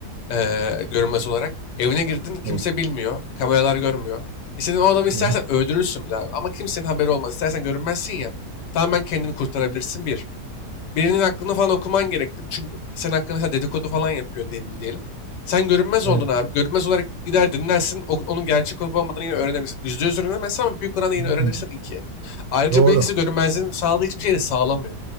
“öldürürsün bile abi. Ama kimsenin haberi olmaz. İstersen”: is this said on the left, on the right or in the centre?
Left